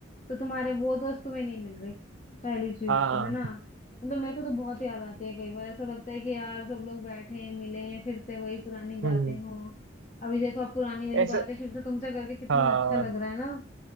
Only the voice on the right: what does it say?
हाँ
हम्म
ऐसा
हाँ